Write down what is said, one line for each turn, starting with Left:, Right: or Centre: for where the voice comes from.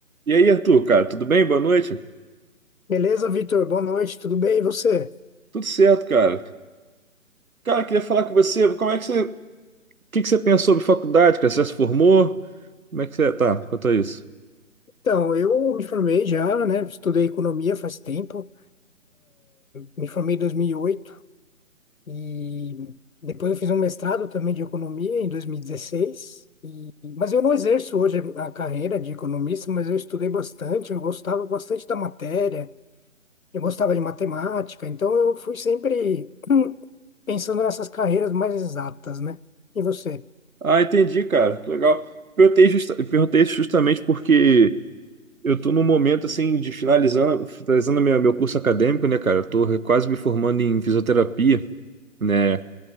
Right: E aí, Arthur, cara, tudo bem? Boa noite.
Left: Beleza, Vitor? Boa noite, tudo bem? E você?
Right: Tudo certo, cara. Cara, queria falar com você. Como é que você, o que que você pensa sobre faculdade, cara? Você já se formou? Como é que você tá quanto a isso?
Left: Então, eu me formei já, né? Estudei economia faz tempo, me formei em 2008 e oito e depois eu fiz um mestrado também de economia em 2016. E- dezesseis. E- Mas eu não exerço hoje a carreira de economista, mas eu estudei bastante, eu gostava bastante da matéria, eu gostava de matemática, então eu fui sempre pensando nessas carreiras mais exatas, né? E você?
Right: Ah, entendi, cara. Que legal. Perguntei, justa- perguntei isso justamente porque eu tô num momento assim de finalizando, finalizando meu, meu curso acadêmico, né, cara? Eu tô re- quase me formando em fisioterapia, né?